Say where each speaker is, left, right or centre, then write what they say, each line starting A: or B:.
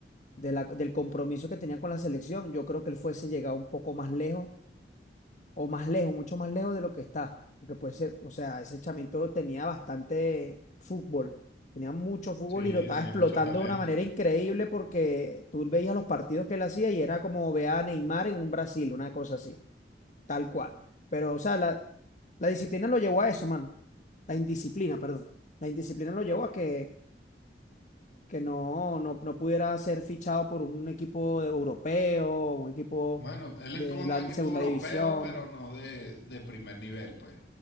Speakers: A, on the left (about 45°); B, on the left (about 70°).
A: de la, del compromiso que tenía con la selección, yo creo que él fuese llegado un poco más lejos, o más lejos, mucho más lejos de lo que está. Porque puede ser, o sea, ese chamito tenía bastante fútbol, tenía mucho fútbol
B: Sí,
A: y lo estaba
B: tenía
A: explotando
B: mucho talento.
A: de una manera increíble porque tú veías los partidos que él hacía y era como ver a Neymar en un Brasil, una cosa así. Tal cual. Pero, o sea, la, la disciplina lo llevó a eso, mano. La indisciplina, perdón. La indisciplina lo llevó a que, que no, no, no pudiera ser fichado por un equipo de- europeo, un equipo
B: Bueno, él
A: de
B: estuvo en
A: la
B: un equipo
A: segunda
B: europeo,
A: división.
B: pero no de, de primer nivel, pues.